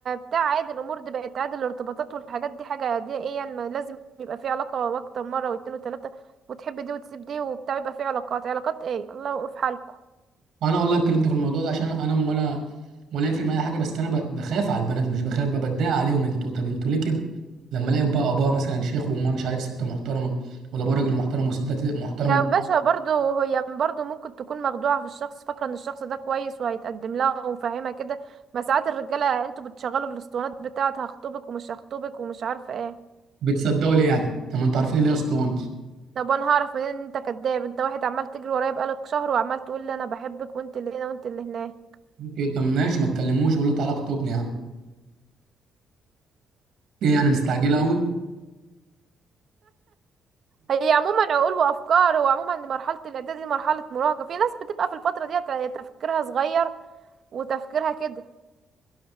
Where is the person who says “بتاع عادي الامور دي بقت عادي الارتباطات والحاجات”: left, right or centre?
Right